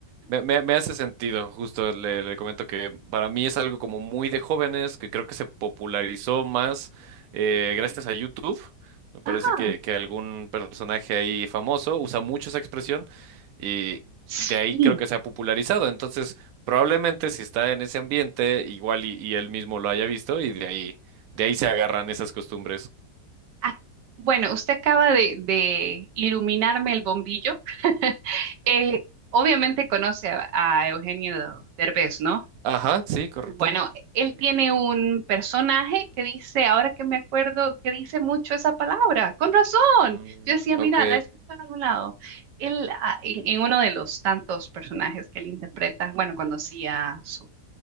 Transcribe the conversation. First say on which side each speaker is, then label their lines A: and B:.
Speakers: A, on the right; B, on the right.
A: Me, me- me hace sentido, justo le, le comento que para mí es algo como muy de jóvenes, que creo que se popularizó más eh, gracias a YouTube. Me parece
B: Ah,
A: que, que algún personaje ahí famoso usa mucho esa expresión y
B: sí.
A: de ahí creo que se ha popularizado. Entonces, probablemente si está en ese ambiente, igual y, y él mismo lo haya visto y de ahí, de ahí se agarran esas costumbres.
B: Ah, Bueno, usted acaba de, de iluminarme el bombillo. <laughs> Eh, obviamente conoce a, a Eugenio Derbez, ¿no?
A: Ajá, sí, correcto.
B: Bueno, él tiene un personaje que dice, ahora que me acuerdo, que dice mucho esa palabra, con razón.
A: Mm,
B: Yo decía, mira,
A: ok,
B: la he escuchado en algún lado. Él, ah, en, en uno de los tantos personajes que él interpreta, bueno, cuando hacía su,